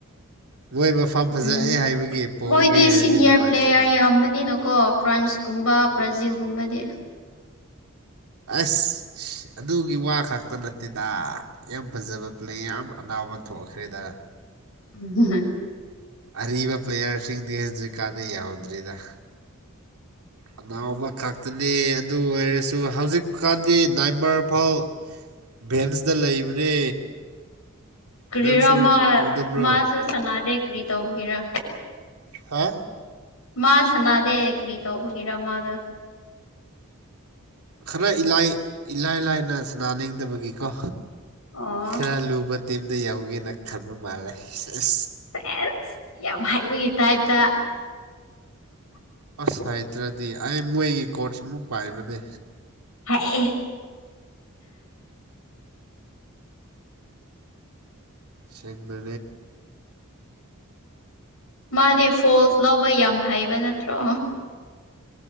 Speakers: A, on the right (about 85°); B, on the left (about 70°).
A: ꯃꯣꯏ ꯃꯐꯝ ꯐꯖꯑꯦ
B: ꯎꯝ
A: ꯍꯥꯏꯕꯒꯤ ꯄꯣꯛꯑꯒꯦ
B: ꯃꯣꯏꯗꯤ
A: ꯍꯥꯏꯔꯗꯤ
B: ꯁꯤꯅꯤꯌꯔ
A: ꯅꯨꯡꯉꯥꯏꯇꯦꯅ
B: ꯄ꯭ꯂꯦꯌꯔ ꯌꯥꯝꯕꯅꯤꯅ ꯀꯣ ꯐ꯭ꯔꯥꯟꯁꯀꯨꯝꯕ ꯕ꯭ꯔꯥꯖꯤꯜꯒꯨꯝꯕꯗꯤ
A: ꯑꯁ ꯑꯗꯨꯒꯤ ꯋꯥ ꯈꯛꯇ ꯅꯠꯇꯦꯗ ꯌꯥꯝ ꯐꯖꯕ ꯄ꯭ꯂꯦ ꯌꯥꯝ ꯑꯅꯥꯎꯕ ꯊꯣꯛꯈ꯭ꯔꯦꯗ
B: ꯎ
A: ꯑꯔꯤꯕ ꯄ꯭ꯂꯦꯌꯥꯔꯁꯤꯡꯗꯤ ꯍꯧꯖꯤꯛ ꯀꯥꯟꯗꯩ ꯌꯥꯎꯗ꯭ꯔꯤꯗ ꯑꯅꯥꯎꯕ ꯈꯛꯇꯅꯤ ꯑꯗꯨ ꯑꯣꯏꯔꯁꯨ ꯍꯧꯖꯤꯛꯀꯥꯟꯗꯤ ꯅꯥꯏꯃꯔꯐꯥꯎ ꯚꯦꯟꯁꯇ ꯂꯩꯕꯅꯦ
B: ꯀꯔꯤꯔꯣ
A: ꯅꯪꯁꯨ
B: ꯃꯥ
A: ꯎꯗꯕ꯭ꯔꯣ
B: ꯃꯥꯁꯨ ꯁꯅꯗꯦ ꯀ꯭ꯔꯤ ꯇꯧꯕꯒꯤꯔꯥ
A: ꯍꯥ
B: ꯃꯥ ꯁꯅꯥꯗ ꯀꯔꯤꯇꯥꯒꯔ ꯃꯥꯗ
A: ꯈꯔꯥꯏ ꯏꯂꯥꯏ ꯂꯥꯏꯅ ꯅꯤꯡꯗꯕꯒꯤꯀꯣ
B: ꯑꯣ
A: ꯈꯔ ꯂꯨꯕ ꯇꯤꯝꯗ ꯌꯧꯒꯦꯅ ꯈꯟꯕ ꯃꯥꯜꯂꯦ ꯑꯁ
B: ꯁꯦꯁ ꯌꯥꯝ ꯍꯥꯏꯩꯕꯒꯤ ꯇꯥꯏꯞꯇ
A: ꯑꯁ ꯍꯥꯏꯇ꯭ꯔꯗꯤ ꯑꯩ ꯃꯣꯏꯒꯤ ꯀꯣꯔꯆ ꯑꯃꯨ ꯄꯥꯏꯕꯅꯦ
B: ꯍꯥꯏ
A: ꯁꯤꯒ꯭ꯂ
B: ꯃꯥꯗꯤ ꯐꯣꯜꯁ ꯂꯧꯕ ꯌꯥꯝ ꯍꯩꯕ ꯅꯠꯇ꯭ꯔꯣ